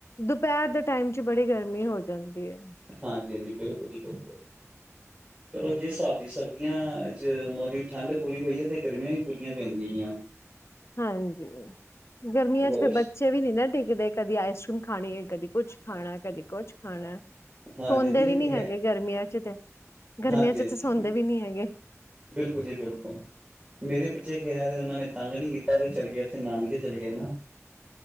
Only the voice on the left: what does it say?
ਦੁਪਹਿਰ ਦੇ ਟਾਈਮ ਚ ਬੜੀ ਗਰਮੀ ਹੋ ਜਾਂਦੀ ਹੈ।
ਹਾਂਜੀ, ਗਰਮੀਆਂ
ਚ ਫ ਬੱਚੇ ਵੀ ਨੀ ਨਾ ਟੇਕਦੇ ਕਦੀ ਆਈਸਕ੍ਰੀਮ ਖਾਣੀ ਹੈ ਕਦੀ ਕੁਛ ਖਾਣਾ ਕਦੀ ਕੁਛ ਖਾਣਾ, ਸੌਂਦੇ
ਵੀ
ਨੀ
ਹੈਗੇ ਗਰਮੀਆਂ ਚ ਤੇ ਗਰਮੀਆਂ
ਚ
ਤੇ ਸੌਂਦੇ ਵੀ ਨੀ ਹੈਗੇ।